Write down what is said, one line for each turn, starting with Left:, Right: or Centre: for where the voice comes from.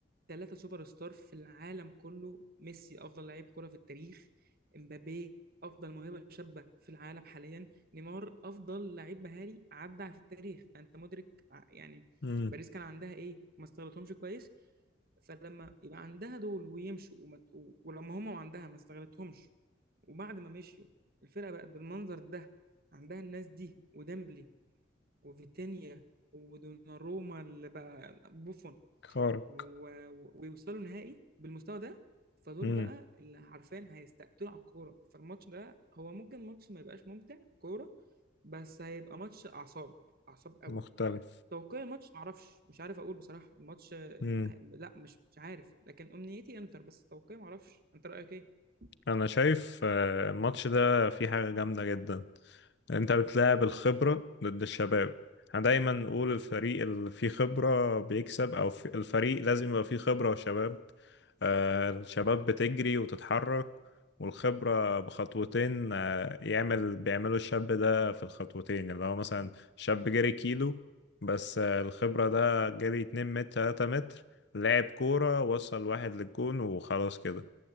Right: ثلاثة سوبر ستار في العالم كله ميسي أفضل لعيب كرة في التاريخ امبابي أفضل موهبة شابة في العالم حاليا نيمار أفضل لعيب مهاري عدى في التاريخ فأنت مدرك ع- يعني
Left: امم
Right: باريس كان عندها إيه ما استغلتهمش كويس فلما يبقى عندها دول ويمشوا وما ت- و- ولما هما وعندها ما استغلتهمش وبعد ما مشيوا الفرقة بقت بالمنظر ده عندها الناس دي وديمبلي وفيتينيا ودوناروما اللي بقى بوفون
Left: خارق
Right: و- ويوصلوا نهائي بالمستوى ده فدول
Left: امم
Right: بقى اللي عارفين هيستقتلوا على الكورة فالماتش ده هو ممكن ماتش ما يبقاش ممتع كورة بس هيبقى ماتش أعصاب أعصاب قوي
Left: مختلف
Right: توقع الماتش معرفش مش عارف أقول بصراحة الماتش آه،
Left: مم.
Right: لا مش مش عارف لكن أمنيتي إنتر بس توقعي معرفش أنت رأيك إيه؟
Left: انا شايف آه، الماتش ده فيه حاجة جامدة جدا انت بتلاعب الخبرة ضد الشباب احنا دايما نقول الفريق اللي فيه خبرة بيكسب او في الفريق لازم يبقى فيه خبرة وشباب آه، الشباب بتجري وتتحرك والخبرة بخطوتين آه، يعمل بيعملوا الشاب ده في الخطوتين اللي هو مثلا شاب جري كيلو بس آه، الخبرة ده جري 2 متر 3 متر لعب كورة وصل واحد للجون وخلاص كده